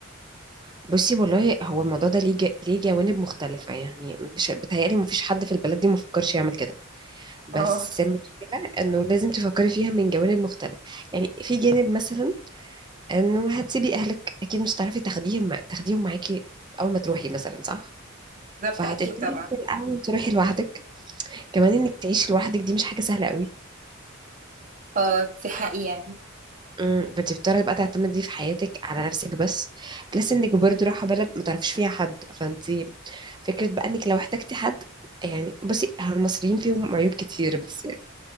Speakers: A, on the right; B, on the right.
A: بصي والله هو الموضوع ده ليه جا... ليه جوانب مختلفة يعني مش بتهيألي مفيش حد في البلد دي مفكرش يعمل كده بس
B: اه
A: المشكلة انه لازم تفكري فيها من جوانب مختلفة يعني في جانب مثلا انه هتسيبي اهلك اكيد مش هتعرفي تاخديهم مع... تاخديهم معاكي اول ما تروحي مثلا صح
B: بالظبط
A: فهتضطري
B: اكيد طبعا
A: في الاول تروحي لوحدك كمان انك تعيشي لوحدك دي مش حاجة سهلة قوي
B: اه دي حقيقه
A: امم بتضطري بقى تعتمدي في حياتك على نفسك بس بلس انك برضو رايحه بلد ما تعرفيش فيها حد فانت فكره بقى انك لو احتجتي حد يعني بصي هو المصريين فيهم عيوب كتير بس يعني